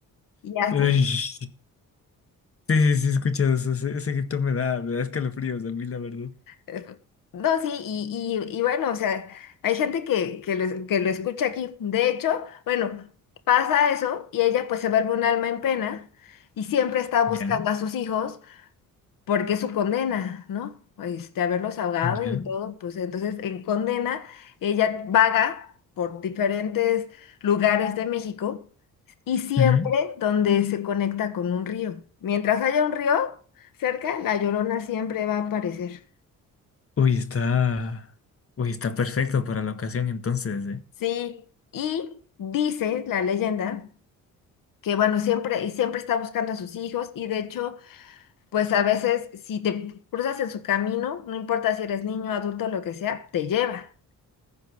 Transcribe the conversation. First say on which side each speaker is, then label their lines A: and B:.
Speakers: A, on the left (about 75°); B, on the left (about 40°).
A: Y así.
B: Ay, sí, sí, sí, he escuchado eso. Ese, ese grito me da, me da escalofríos a mí, la verdad.
A: Eh, No, sí, y, y, y bueno, o sea, hay gente que, que lo, que lo escucha aquí. De hecho, bueno, pasa eso y ella pues se vuelve un alma en pena y siempre está buscando
B: Ya.
A: a sus hijos porque es su condena, ¿no? Este, haberlos ahogado
B: Ya.
A: y todo, pues entonces en condena ella vaga por diferentes lugares de México y siempre
B: ujú.
A: donde se conecta con un río. Mientras haya un río cerca, la Llorona siempre va a aparecer.
B: Uy, está. Uy, está perfecto para la ocasión entonces, ¿eh?
A: Sí, y dice la leyenda que bueno, siempre y siempre está buscando a sus hijos y de hecho, pues a veces si te cruzas en su camino, no importa si eres niño, adulto, lo que sea, te lleva.